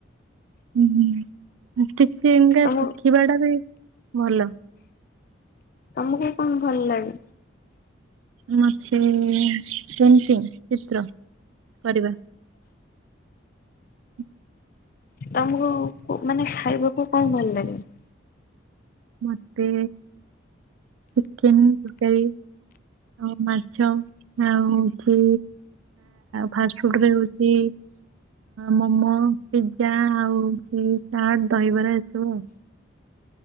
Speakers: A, on the right; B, on the left.
A: ହୁଁ ହୁ ଆ କିଛି ଏନିକା
B: ତମ
A: ଶିଖିବା ଟା ବି ଭଲ।
B: ତମକୁ କଣ ଭଲ ଲାଗେ?
A: ମତେ ପେଣ୍ଟିଂ ଚିତ୍ର କରିବା ହଁ
B: ତମକୁ ମାନେ ଖାଇବାକୁ କଣ ଭଲ ଲାଗେ?
A: ମତେ ଚିକେନ ତରକାରୀ ଆଉ ମାଛ ଆଉଛି ଫାଷ୍ଟଫୁଡରେ ହଉଛି ମୋମୋ ପିଜା ଆଉ ହଉଛି ଚାଟ ଦହିବରା ଏସବୁ ଆଉ।